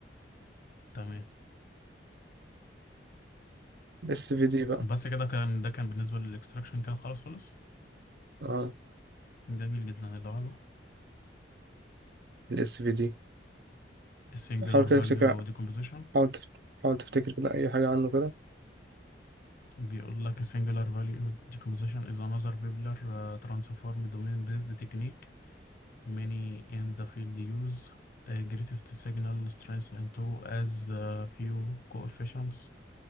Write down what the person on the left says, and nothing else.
تمام
بس كده كان ده كان بالنسبة للإكستركسشن كان خلاص خلص
جميل جدا اللي عادو
سينغولر
فاليو
ديكومبيشن
بيقول لك سينغولر فاليو ديكومبيشن is another popular uh, transform domain based technique many in the field use a greatest signal strength into as uh, few coefficients